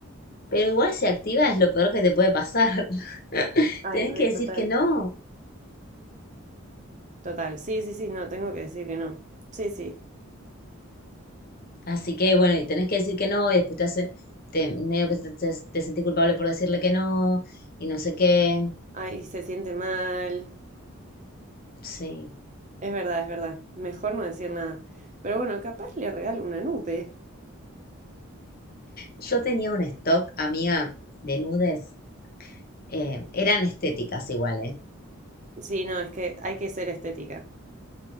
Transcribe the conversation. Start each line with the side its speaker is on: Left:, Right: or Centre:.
Left: Pero igual si activa es lo peor que te puede pasar. <laughs>
Right: Ay,
Left: Tenés
Right: re,
Left: que decir
Right: total.
Left: que no.
Right: Total. Sí, sí, sí, no, tengo que decir que no. Sí, sí.
Left: Así que bueno, y tenés que decir que no, y después te hace, te, medio que te, te, te sentís culpable por decirle que no, y no sé qué.
Right: Ay, se siente mal.
Left: Sí.
Right: Es verdad, es verdad. Mejor no decir nada. Pero bueno, capaz le regalo una nube.
Left: Yo tenía un stock, amiga, de nudes. eh, eran estéticas igual, ¿eh?
Right: Sí, no, es que hay que ser estética.